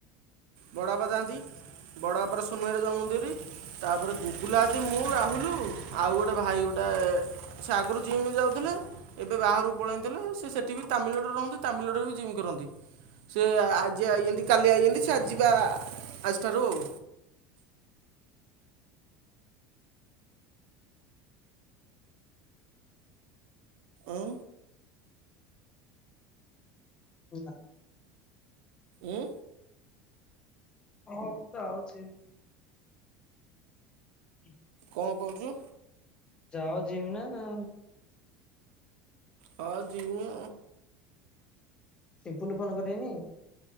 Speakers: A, on the right; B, on the left.
A: ବଡପା ଯାଆନ୍ତି। ବଡପାର ସୋନୁ ଭାଇର ଯାଉଛନ୍ତି ହେରି ତାପରେ ଗୁଗୁଲା ଦି ମୁଁ ରାହୁଲୁ ଆଉ ଗୋଟେ ଭାଇ ଗୋଟେ ସେ ଆଗରୁ ଜିମ୍ ଯାଉଥିଲେ ଏବେ ବାହାରକୁ ପଳେଇଥିଲେ ସେ ସେଠି ବି ତାମିଲନାଡ଼ୁରେ ରହନ୍ତି ତାମିଲ ନାଡୁରେ ବି ଜିମ୍ କରନ୍ତି, ସେ ଆଜି ଆଇଚନ୍ତି କାଲି ଆଇଚନ୍ତି ସେ ଆ ଯିବା ଆଜଠାରୁ ଆଉ। ଉଁ।
B: <unintelligible>
A: ଉଁ।
B: ହଉ ଯାଉଚି। <unintelligible>
A: କଣ କହୁଚୁ?
B: ଯାଅ ଜିମ୍ ନା ଆଉ
A: ହଁ ଜିମି
B: ସିମ୍ପୁଲୁ ଫୋନ କରିବେନି।